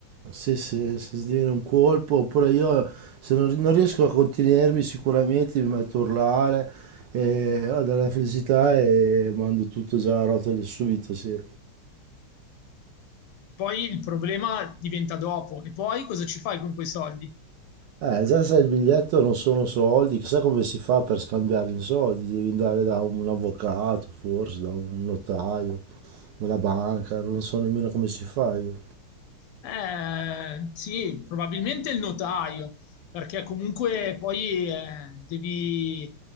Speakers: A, on the right (about 70°); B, on the left (about 85°).
A: Se, se, se sviene un colpo, oppure io se non, non riesco a contenermi sicuramente mi metto a urlare, e, ho della felicità e mando tutto già a rotelle subito, sì.
B: Poi il problema diventa dopo. E poi cosa ci fai con quei soldi?
A: Eh, già sai, il biglietto non sono soldi, chissà come si fa per scambiarli in soldi, devi andare da un avvocato, forse, da un notaio, dalla banca, non so nemmeno come si fa io.
B: Eh, sì, probabilmente il notaio, perché comunque poi eh, devi,